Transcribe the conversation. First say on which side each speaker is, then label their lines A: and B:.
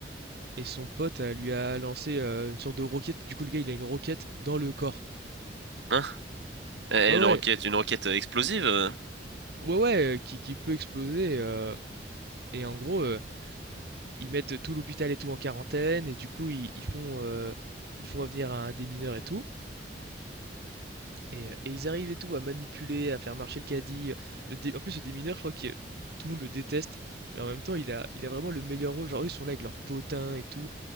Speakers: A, on the right; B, on the right.
A: et son pote, heu, lui a lancé, heu, une sorte de roquette. Du coup, le gars, il a une roquette dans le corps.
B: Hein? Et
A: Ouais,
B: une
A: ouais,
B: roquette, une roquette explosive? euh,
A: ouais, ouais, heu, qui qui peut exploser, heu et en gros, heu, ils mettent tout l'hôpital et tout en quarantaine et du coup, ils ils font, heu, ils font venir un démineur et tout et heu et ils arrivent et tout à manipuler, à faire marcher le caddie, le dé en plus, le démineur, je crois que tout le monde le déteste, mais en même temps, il a il a vraiment le meilleur rôle. Genre, eux, ils sont là avec leurs potins et tout.